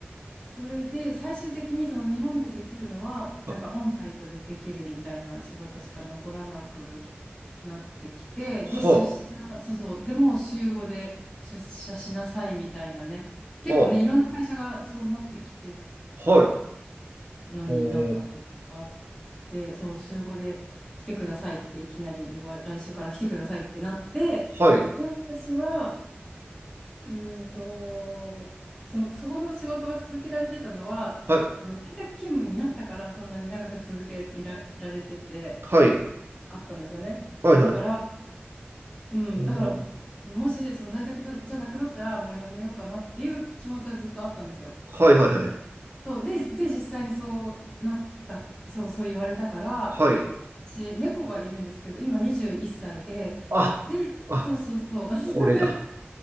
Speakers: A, on the left (about 15°); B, on the right (about 70°).
A: それで最終的にその日本でできるのはなんかオンサイトでできるみたいな仕事しか残らなく
B: は、
A: なってきてで出社そうそうでもう週5で出社しなさいみたいなね結構ねいろんな会社がそうなってきてる
B: は、は、はい、う
A: のになんか乗っかっ
B: ーん、
A: てそう週5で来てくださいっていきなり言わ来週から来てくださいってなってで私は
B: はい、
A: うーんと、その、そこの仕事が続けられてたのは、
B: はい、
A: あの在宅勤務になったから、そんなに長く続けら、られてて、
B: はい、
A: あったんですよね。
B: はい、
A: だから、
B: はい、う
A: うん、
B: ーん、
A: だから、もしその在宅じゃ、じゃなくなったら、もうやめようかなっていう気持ちはずっとあったんですよ。
B: はい、はい、はい、
A: そう、で、で、実際にそうなった、そう、そう言われたから、
B: はい。
A: 私、猫がいるんですけど、今21歳で、
B: あ、
A: で、
B: あ、
A: そうそうそう、<laughs>
B: これだ。